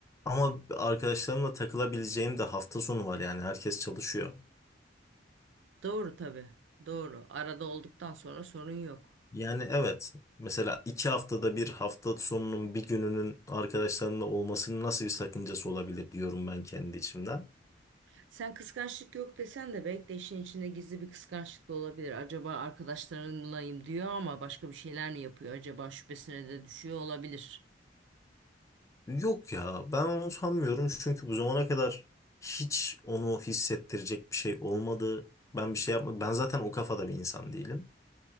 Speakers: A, on the left; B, on the right.
A: Ama arkadaşlarımla takılabileceğim de hafta sonu var yani herkes çalışıyor.
B: Doğru tabii. Doğru. Arada olduktan sonra sorun yok.
A: Yani evet mesela iki haftada bir hafta sonunun bir gününün arkadaşlarımla olmasının nasıl bir sakıncası olabilir diyorum ben kendi içimden.
B: Sen kıskançlık yok desen de belki de işin içinde gizli bir kıskançlık da olabilir. Acaba arkadaşlarınlayım diyor ama başka bir şeyler mi yapıyor? Acaba şüphesine de düşüyor olabilir.
A: Yok ya ben onu sanmıyorum çünkü bu zamana kadar hiç onu hissettirecek bir şey olmadı. Ben bir şey yapmadım. Ben zaten o kafada bir insan değilim.